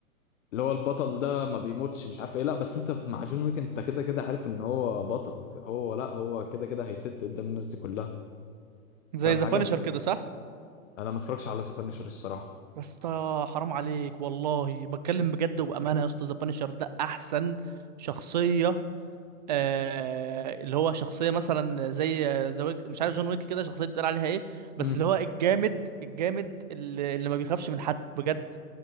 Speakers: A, on the left (about 60°); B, on the right (about 35°).
A: اللي هو البطل ده ما بيموتش مش عارف ايه لا بس انت في مع جون ويك انت كده كده عارف ان هو بطل هو لا هو كده كده هيسد قدام الناس دي كلها
B: زي
A: فاهم
B: ذا
A: حاجه
B: بانشر كده صح
A: انا ما اتفرجش على سبانشر الصراحه
B: بس تا- حرام عليك والله بتكلم بجد وبامانه يا اسطى ذا بانشر ده احسن شخصيه آه اللي هو شخصيه مثلا زي زويك مش عارف جون ويك كده شخصيه بتقول عليها ايه بس
A: امم
B: اللي هو الجامد الجامد اللي, اللي ما بيخافش من حد بجد